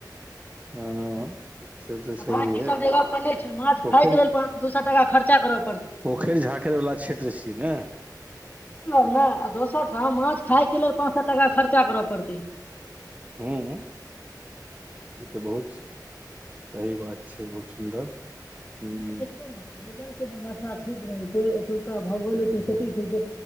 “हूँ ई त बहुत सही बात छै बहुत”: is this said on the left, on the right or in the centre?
Right